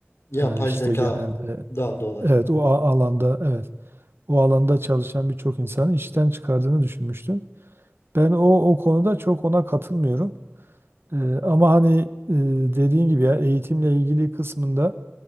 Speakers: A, on the left (about 80°); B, on the right (about 60°).
A: Yapay
B: e, işte
A: zekadan
B: genelde
A: dolayı.
B: evet o a- alanda evet o alanda çalışan birçok insanı işten çıkardığını düşünmüştüm. Ben o o konuda çok ona katılmıyorum. E, ama hani e, dediğin gibi ya eğitimle ilgili kısmında